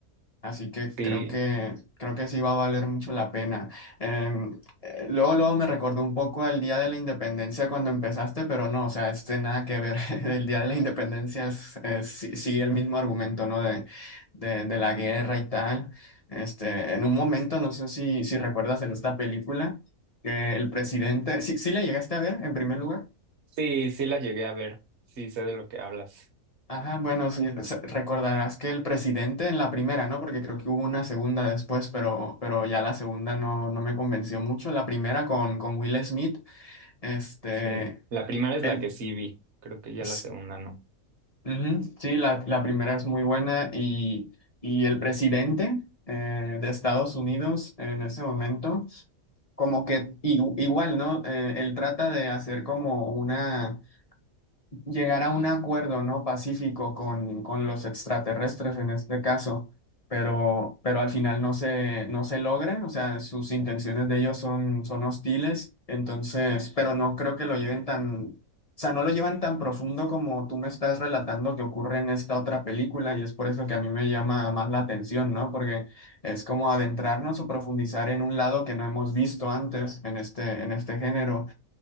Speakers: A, on the left; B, on the right.
A: Así que
B: Sí.
A: creo que creo que sí va a valer mucho la pena. Em, eh, luego, luego me recordó un poco al Día de la Independencia cuando empezaste, pero no, o sea, este nada que ver. <laughs> El Día de la Independencia es, es- sí- sigue el mismo argumento, ¿no? De, de, de la guerra y tal. Este, en un momento, no sé si, si recuerdas en esta película, que el presidente, sí, sí la llegaste a ver en primer lugar.
B: Sí, sí la llegué a ver. Sí, sé de lo que hablas.
A: Ajá, bueno, sí, se- recordarás que el presidente en la primera, ¿no? Porque creo que hubo una segunda después, pero, pero ya la segunda no, no me convenció mucho. La primera con, con Will Smith, este,
B: Sí. La primera es
A: el,
B: la que sí vi. Creo que ya
A: s-
B: la segunda no.
A: ujú, sí, la, la primera es muy buena y, y el presidente eh, de Estados Unidos en ese momento como que igu- igual, ¿no? Eh, él trata de hacer como una llegar a un acuerdo, ¿no? Pacífico con, con los extraterrestres en este caso, pero, pero al final no se, no se logra, o sea, sus intenciones de ellos son, son hostiles, entonces, pero no creo que lo lleven tan, o sea, no lo llevan tan profundo como tú me estás relatando que ocurre en esta otra película y es por eso que a mí me llama más la atención, ¿no? Porque es como adentrarnos o profundizar en un lado que no hemos visto antes en este, en este género.